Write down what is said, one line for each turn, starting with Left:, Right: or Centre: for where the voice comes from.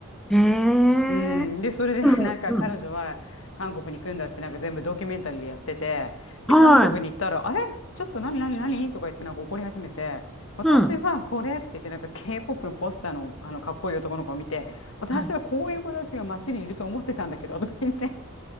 Centre: えー、
Left: うん、で、それで
Centre: でも、
Left: <laughs> なんか彼女は韓国に行くんだってなんか全部ドキュメンタリーでやってて、
Centre: うん。
Left: で、
Centre: はい。
Left: 韓国に行ったら、あれちょっと何何何とか言ってなんか怒り始めて、私はこれって言ってなんか
Centre: うん。
Left: K-POP のポスターの、あのかっこいい男の子を見て、私はこういう子たちが街にいると思ってたんだけど、
Centre: はい
Left: とか言って、